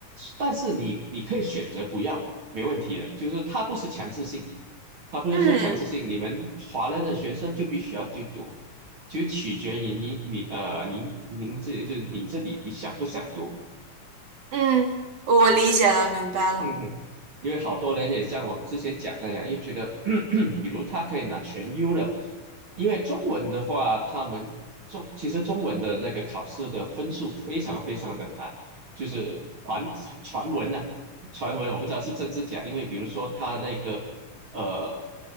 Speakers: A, on the right (about 40°); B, on the right (about 75°).
A: 但是你你可以选择不要，没问题的。就是它不是强制性，它不是说强制性，
B: <laughs> 嗯
A: 你们华人的学生就必须要去读，就取决于你你呃您您自己就是你这里你想不想读。
B: 嗯，我理解了，明白了。
A: 嗯，因为好多人也像我之前讲那样，又觉得，<coughs> <clears throat> 比如他可以拿全优的，因为中文的话，他们中其实中文的那个考试的分数非常非常的难，就是传传传闻呐、传闻我不知道是真是假，因为比如说他那个呃，